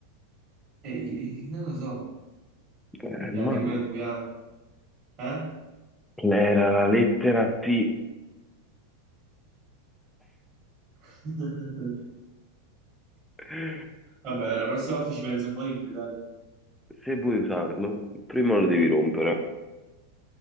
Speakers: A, on the right (about 35°); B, in the centre.
A: E il- non lo so.
B: è
A: Ya,
B: male.
A: dimmelo tu, ya. Eh?
B: Era la lettera T.
A: <laughs>
B: <laughs>
A: Vabbè, la prossima volta ci penso un po' di più, dai.
B: Se vuoi usarlo, prima lo devi rompere.